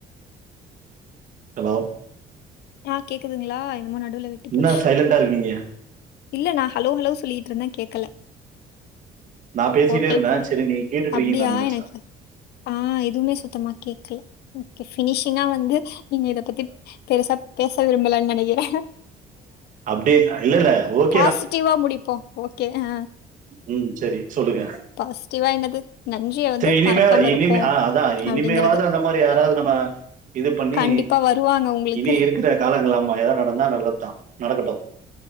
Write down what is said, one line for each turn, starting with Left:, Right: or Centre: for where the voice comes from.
Right: அலோ
Left: ஆ கேக்குதுங்களா என்னமோ நடுவுல விட்டு
Right: என்ன
Left: போச்சு.
Right: சைலண்ட்டா இருக்கீங்க
Left: இல்ல நா ஹலோ ஹலோ சொல்லிட்டு இருந்த கேக்கல
Right: நா பேசிட்டே
Left: ஓகேப்பா
Right: இருந்தே சரி நீங்க கேட்டுட்டு
Left: அப்டியா
Right: இருக்கீங்கன்னு நா நெனச்சே
Left: எனக்கு ஆ எதுவுமே சுத்தமா கேக்கல ஓகே ஃப்ரெ பினிஷிங்கா வந்து நீங்க இத பத்தி பெருசா பேச விரும்பலன் நெனக்கிற
Right: அப்டியே ஆ இல்ல இல்ல ஓக்
Left: பாசிட்டிவ்வா முடிப்போ ஓக்கே அ
Right: ம் சேரி சொல்லுங்க
Left: பாசிட்டிவா என்னது? நன்றிய வந்து
Right: சேரி இனிமே
Left: மறக்காம இருப்போம்
Right: இனிமே ஆ அதா
Left: அப்படிங்கிறது.
Right: இனிமேவாது அந்த மாரி யாராவது நம்ம இது பண்ணி
Left: கண்டிப்பா வருவாங்க உங்களுக்கு.
Right: இனி இருக்குற காலங்கள் ஆமா ஏதாவது நடந்தா நல்லதுதா நடக்கட்டு